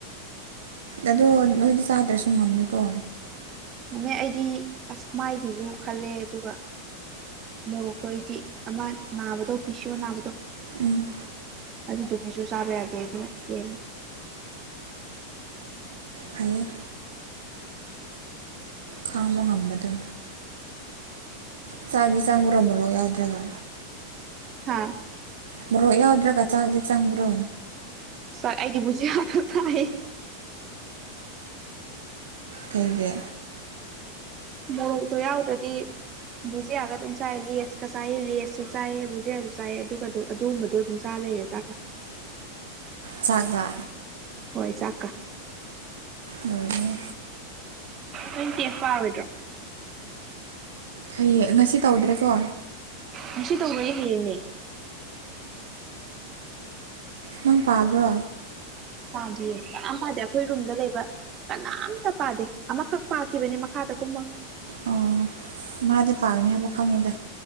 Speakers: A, on the right; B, on the right.
A: ꯑꯗꯣ ꯅꯣꯏꯗꯤ ꯆꯥꯗ꯭ꯔꯁꯨ ꯉꯝꯃꯦꯀꯣ
B: ꯉꯝꯃꯦ ꯑꯩꯗꯤ ꯑꯁ ꯃꯥꯏꯒꯤꯖꯨ ꯈꯜꯂꯦ ꯑꯗꯨꯒ ꯃꯣꯔꯣꯛꯇꯣ ꯑꯩꯗꯤ ꯑꯃ ꯅꯥꯕꯗꯣ ꯄꯤꯁꯤꯑꯣ ꯅꯥꯕꯗꯣ
A: ꯎꯝ
B: ꯑꯗꯨꯗꯨꯒꯤꯖꯨ ꯆꯥꯕ ꯌꯥꯗꯦ ꯑꯗꯨꯅ ꯍꯦꯜꯂꯦ
A: ꯐꯩꯌꯦ ꯈꯥꯡꯕꯥ ꯉꯝꯃꯗꯣ ꯆꯥꯛꯇꯤ ꯆꯪꯕ꯭ꯔꯣ ꯃꯣꯔ ꯃꯣꯔꯣꯛ ꯌꯥꯎꯗ꯭ꯔꯒ
B: ꯍꯥꯥ
A: ꯃꯣꯔꯣꯛ ꯌꯥꯎꯗ꯭ꯔꯒ ꯆꯥꯛꯇꯤ ꯆꯪꯕ꯭ꯔꯣ
B: ꯆꯥꯛ ꯑꯩꯗꯤ ꯕꯨꯖꯤꯌꯥꯀꯥ ꯆꯥꯏꯌꯦ
A: ꯀꯩꯒꯤ
B: ꯃꯣꯔꯣꯛꯇꯣ ꯌꯥꯎꯗ꯭ꯔꯗꯤ ꯕꯨꯖꯤꯛꯒ ꯑꯗꯨꯝ ꯆꯥꯏ ꯂꯦꯁꯀ ꯆꯥꯏꯌꯦ ꯂꯦꯁ ꯁꯤ ꯆꯥꯏꯌꯦꯕꯨꯖꯤꯌꯥꯁꯨ ꯆꯥꯏꯌꯦ ꯑꯗꯨꯒ ꯑꯗꯨꯝ ꯑꯗꯨꯒꯨꯝꯕꯗꯣ ꯑꯗꯨꯝ ꯆꯥ ꯂꯩꯔꯦ ꯆꯥꯛꯀꯥ
A: ꯆꯥꯛꯀ
B: ꯍꯣꯏ ꯆꯥꯛꯀ
A: ꯂꯣꯏꯔꯦꯍꯦ
B: ꯅꯣꯏ ꯇꯦꯁ ꯄꯥꯔꯣꯏꯗ꯭ꯔꯣ
A: ꯍꯌꯦꯡ ꯉꯁꯤ ꯇꯧꯗ꯭ꯔꯦꯀꯣ
B: ꯉꯁꯤ ꯇꯧꯔꯣꯏꯌꯦ ꯍꯌꯦꯡꯅꯦ
A: ꯅꯪ ꯄꯥꯕ꯭ꯔꯣ
B: ꯄꯥꯗꯤꯌꯦ ꯀꯅꯥꯝ ꯄꯥꯗꯦ ꯑꯩꯈꯣꯏ ꯔꯨꯝꯗ ꯂꯩꯕ ꯀꯅꯥꯝꯇ ꯄꯥꯗꯦ ꯑꯃꯈꯛ ꯄꯥꯈꯤꯕꯅꯦ ꯃꯈꯥꯗ ꯀꯨꯝꯃꯒ
A: ꯑꯣ ꯃꯥꯗꯤ ꯄꯥꯒꯅꯤ ꯍꯥꯏꯕ ꯈꯪꯉꯤꯗ